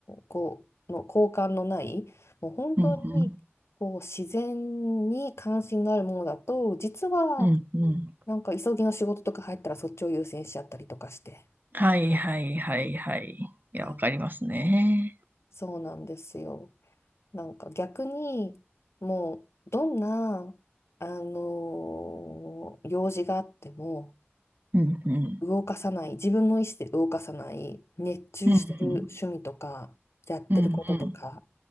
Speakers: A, on the left; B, on the right.
A: こう、の交換のない、もう本当にこう自然に関心があるものだと、
B: うん
A: 実は
B: うん。うんうん。
A: なんか急ぎの仕事とか入ったらそっちを優先しちゃったりとかして、
B: はいはいはいはい。いや、
A: はい、
B: わかりますね。
A: そうなんですよ。なんか逆に、もうどんな、あの用事があっても、
B: うんうん。
A: 動かさない、自分の意思で動かさない、熱中してる趣味とか、
B: うんうん。
A: やってることとか、
B: うんうん。